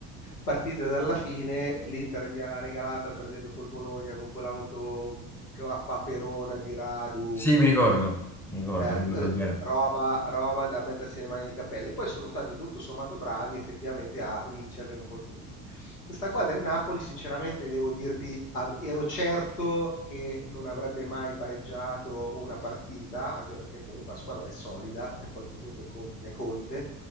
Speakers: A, on the left (about 85°); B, in the centre.
A: partite dalla fine, l'Inter gliel'ha regalata perdendo col Bologna con quell'auto con la paperona di Radu,
B: Sì,
A: portiere,
B: mi ricordo, mi ricordo,
A: eh,
B: mi
A: eh,
B: ricordo bene.
A: roba, roba da mettersi le mani nei capelli. Poi sono stati tutto sommato bravi effettivamente a vincerle un po' tutte. Questa qua del Napoli, sinceramente, devo dirti, av- ero certo che non avrebbe mai pareggiato una partita, anche perché comunque la squadra è solida e poi comunque Conte è Conte